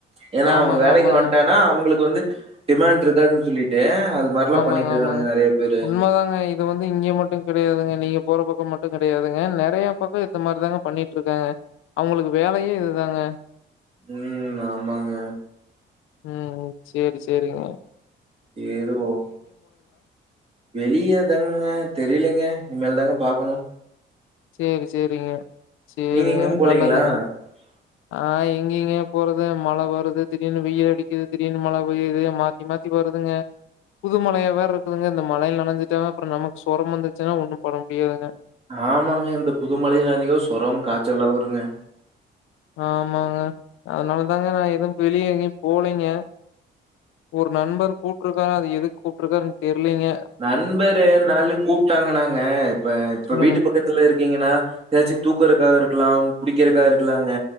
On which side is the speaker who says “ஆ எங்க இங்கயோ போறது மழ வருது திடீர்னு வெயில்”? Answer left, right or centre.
Left